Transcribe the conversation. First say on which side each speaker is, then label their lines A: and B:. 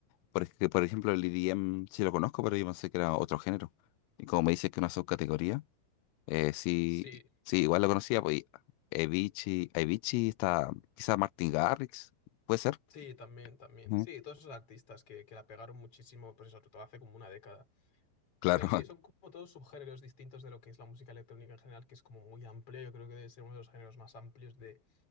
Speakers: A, on the left (about 85°); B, on the left (about 30°).
A: Porque, por ejemplo, el EDM sí lo conozco, pero yo pensé que era otro género. Y como me dices que una subcategoría, eh, sí,
B: Sí,
A: sí, igual lo conocía, pues Avicii, Avicii está, quizá Martin Garrix, puede ser.
B: Sí, también, también.
A: Ujú.
B: Sí, todos esos artistas que, que la pegaron muchísimo, pues eso, sobre todo hace como una década.
A: <laughs> Claro,
B: Y- pero sí, son como todos subgéneros distintos de lo que es la música electrónica en general, que es como muy amplio. Yo creo que debe ser uno de los géneros más amplios de,